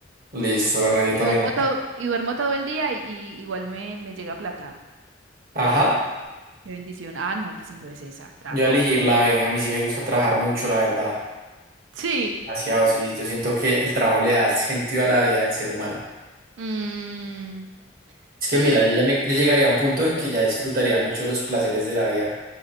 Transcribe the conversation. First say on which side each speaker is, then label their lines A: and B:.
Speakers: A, on the right (about 50°); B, on the right (about 80°).
A: Listo, bueno, yo
B: Y
A: también.
B: duermo todo, y duermo todo el día y, y igual me, me llega plata.
A: Ajá,
B: Qué bendición. Ah, no, pues entonces esa, claro.
A: yo a elegir la B, a mí sí me gusta trabajar mucho, la verdad.
B: Sí.
A: Demasiado, sí, yo siento que el trabajo le da el sentido a la vida del ser humano.
B: Mm,
A: Es que
B: mm,
A: mira, yo ya me, yo llegaría a un punto en que ya disfrutaría mucho los placeres de la vida,